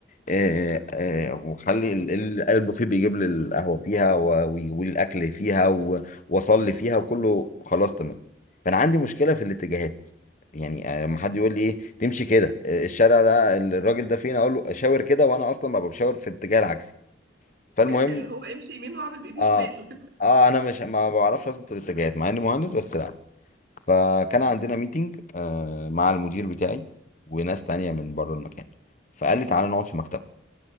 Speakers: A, on the left; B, on the right.
A: آه، آه، وخلي ال- ال- البوفيه بيجيب لي القهوه فيها و- ويقول لي الاكل فيها و- واصلي فيها وكله خلاص تمام فانا عندي مشكله في الاتجاهات يعني آه، لما حد يقول لي ايه تمشي كده آه، الشارع ده الراجل ده فين اقول له اشاور كده وانا اصلا ببقى بشاور في الاتجاه العكسي فالمهم
B: اللي هو امشي يمين واعمل بايدي
A: اه
B: شمال
A: اه انا مش ما بعرفش اظبط الاتجاهات مع اني مهندس بس لا فكان
B: <laughs>
A: عندنا ميتنج آه مع المدير بتاعي وناس تانية من بره المكان فقال لي تعالى نقعد في مكتبك